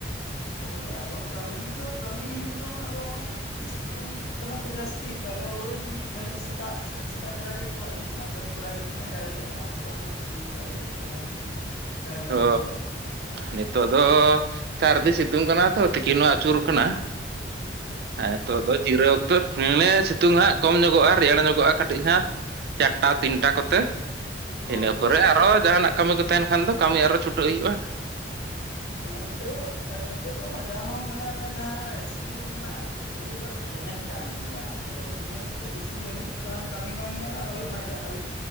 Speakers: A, on the left; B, on the right.
A: ᱦᱳᱭ ᱟᱫᱚ ᱠᱟᱹᱢᱤ ᱫᱚ ᱠᱟᱹᱢᱤ ᱦᱩᱭᱩᱜ ᱨᱮᱦᱚᱸ ᱟᱫᱚ ᱱᱚᱜᱼᱭ ᱥᱤᱛᱩᱝ ᱠᱟᱱᱟ ᱛᱚ ᱡᱟᱹᱥᱛᱤ। ᱡᱟᱹᱥᱛᱤ ᱛᱟᱦᱚᱞᱮ ᱳᱭ ᱢᱤᱫ ᱜᱷᱟᱹᱲᱤᱡ ᱥᱮᱛᱟᱜ ᱥᱮᱫ ᱥᱮᱛᱟᱜ ᱵᱮᱲᱟ ᱜᱮ ᱪᱟᱞᱟᱜ ᱦᱩᱭᱩᱜ ᱠᱟᱱᱟ ᱠᱟᱹᱢᱤ ᱵᱟᱲᱟ ᱦᱩᱭᱩᱜ ᱠᱟᱱᱟ ᱡᱟᱜᱮ ᱛᱟ ᱯᱚᱨᱮ ᱱᱚᱸᱜᱼᱚᱭ ᱥᱤᱛᱩᱝ ᱵᱮᱲᱟ ᱫᱚ ᱫᱩᱲᱩᱵ ᱵᱟᱲᱟᱭ ᱦᱩᱭᱩᱜ ᱠᱟᱱᱟ। ᱫᱟᱨᱮ ᱵᱩᱴᱟᱹ
B: ᱚ
A: ᱠᱚᱨᱮ
B: ᱱᱤᱛᱚᱜ ᱫᱚ ᱥᱟᱹᱨᱫᱤ ᱥᱤᱛᱩᱝ ᱠᱟᱱᱟ ᱛᱚ ᱛᱤᱠᱤᱱ ᱦᱚᱸ ᱟᱹᱪᱩᱨ ᱟᱠᱟᱱᱟ। ᱦᱮᱸ ᱱᱤᱛᱚᱜ ᱫᱚ ᱡᱤᱨᱟᱹᱣ ᱚᱠᱛᱚ ᱦᱮ ᱥᱤᱛᱩᱝ ᱦᱟᱸᱜ ᱠᱚᱢ ᱧᱚᱜᱚᱜᱼᱟ ᱨᱮᱭᱟᱲ ᱧᱚᱜᱚᱜᱼᱟ ᱠᱟᱹᱴᱤᱡ ᱦᱟᱸᱜ ᱪᱟᱨᱴᱟ ᱛᱤᱱᱴᱟ ᱠᱚᱛᱮ
A: ᱦᱳᱭ
B: ᱤᱱᱟᱹ
A: ᱦᱳᱭ
B: ᱯᱚᱨᱮ ᱟᱨᱚ ᱡᱟᱦᱟᱱᱟᱜ ᱠᱟᱹᱢᱤ ᱠᱚ ᱛᱟᱦᱮᱱ ᱠᱷᱟᱱ ᱫᱚ ᱠᱟᱹᱢᱤ ᱟᱨᱚ ᱪᱷᱩᱴᱟᱹᱜ ᱦᱩᱭᱩᱜᱼᱟ।
A: ᱦᱮᱸ ᱛᱚ ᱱᱤᱛᱚᱜ ᱫᱚ ᱢᱟᱸᱡᱟᱱ ᱦᱚᱸ ᱢᱟᱱᱮ ᱚᱱᱮ ᱡᱟᱦᱟᱸ ᱥᱤᱛᱩᱝ ᱨᱮᱱᱟᱜ ᱤᱭᱟᱹᱴᱟᱜ ᱫᱚ ᱛᱟᱦᱮᱱ ᱠᱟᱱ ᱜᱮᱭᱟ ᱛᱚ ᱤᱱᱟᱹ ᱦᱚᱛᱮᱜ ᱛᱮ ᱵᱮᱥᱤ ᱜᱷᱟᱹᱲᱤᱡ ᱛᱚ ᱠᱟᱹᱢᱤ ᱵᱟᱝ ᱠᱟᱱᱟ ᱳᱭ ᱢᱟᱡᱟᱱ ᱟᱹᱭᱩᱵ